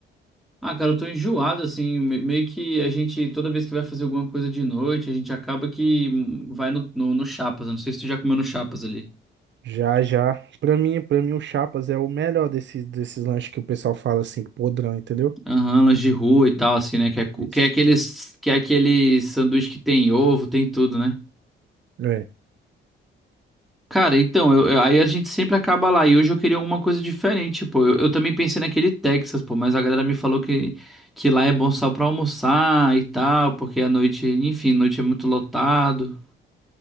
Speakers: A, in the centre; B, on the right (about 65°).
A: Ah, cara, eu tô enjoado, assim. me- Meio que a gente, toda vez que vai fazer alguma coisa de noite, a gente acaba que hum, vai no, no, no Chapas. Eu não sei se tu já comeu no Chapas ali.
B: Já, já. Pra mim, para mim o chapas é o melhor desses desses lanches que o pessoal fala assim, podrão, entendeu?
A: Aham, lanche de rua e tal, assim, né? Que é, cu-
B: Isso.
A: que é aqueles, que é aquele sanduíche que tem ovo, tem tudo, né?
B: É. É.
A: Cara, então, eu- eu- aí a gente sempre acaba lá. E hoje eu queria alguma coisa diferente, pô. Eu, eu também pensei naquele Texas, pô, mas a galera me falou que, que lá é bom só pra almoçar e tal, porque a noite, enfim, noite é muito lotado.